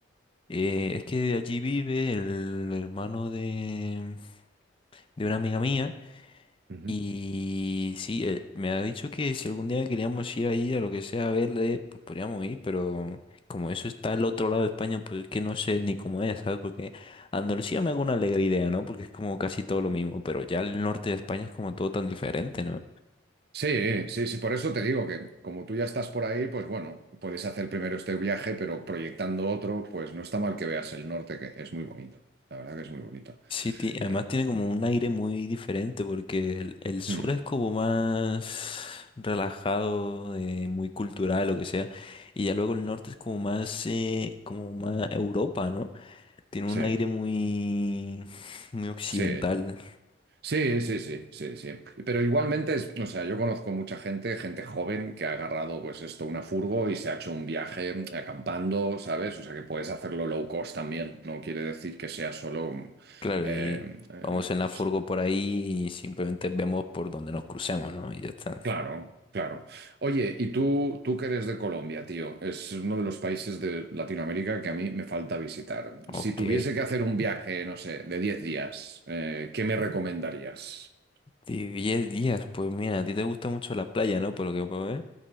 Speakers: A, on the left; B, on the right.
A: eh, es que allí vive el hermano de, de una amiga mía
B: Ujú.
A: Y sí, eh, me ha dicho que si algún día queríamos ir ahí a lo que sea a verle, pues podríamos ir, pero como eso está al otro lado de España, pues es que no sé ni cómo es, ¿sabes? Porque Andalucía me hago una alegre idea, ¿no? Porque es como casi todo lo mismo, pero ya el norte de España es como todo tan diferente, ¿no?
B: Sí, sí, sí, por eso te digo que como tú ya estás por ahí, pues bueno, puedes hacer primero este viaje, pero proyectando otro, pues no está mal que veas el norte, que es muy bonito. La verdad que es muy bonito.
A: Sí, ti- además
B: Eh,
A: tiene como un aire muy diferente porque el, el sur
B: mm,
A: es como más relajado, de muy cultural, lo que sea, y ya luego el norte es como más, eh, como más Europa, ¿no? Tiene
B: sí,
A: un aire muy, muy occidental,
B: sí. Sí, sí, sí, sí, sí. Pero igualmente, es, o sea, yo conozco mucha gente, gente joven que ha agarrado, pues esto, una furgo y se ha hecho un viaje acampando, ¿sabes? O sea, que puedes hacerlo low cost también. No quiere decir que sea solo... mm,
A: claro,
B: eh,
A: y
B: eh,
A: vamos en la furgo
B: s-
A: por ahí y simplemente vemos por donde nos crucemos, ¿no? Y ya está.
B: claro, claro. Oye, y tú, tú que eres de Colombia, tío, es uno de los países de Latinoamérica que a mí me falta visitar. Si
A: Ok.
B: tuviese que hacer un viaje, no sé, de 10 días, eh, ¿qué me recomendarías?
A: De diez días, pues mira, a ti te gusta mucho la playa, ¿no? Por lo que puedo ver.